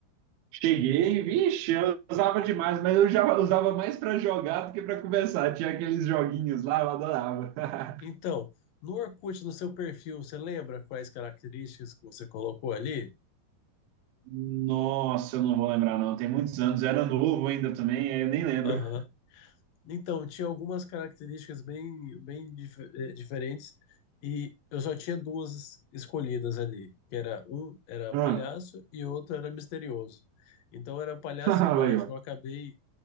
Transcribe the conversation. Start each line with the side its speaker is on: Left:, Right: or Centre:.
Right: Cheguei, vixe, eu usava demais, mas eu já usava mais para jogar do que para conversar. Tinha aqueles joguinhos lá, eu adorava. <laughs>
Left: Então, no Orkut, no seu perfil, você lembra quais características que você colocou ali?
Right: Nossa, eu não vou lembrar, não. Tem muitos anos, eu era novo ainda também, aí eu nem lembro.
Left: Aham. Então, tinha algumas características bem, bem dif- eh, diferentes e eu só tinha duas escolhidas ali, que era um era
Right: Ah,
Left: palhaço e outro era misterioso. Então era palhaço
Right: <laughs>
Left: e mágico.
Right: legal,
Left: Eu acabei,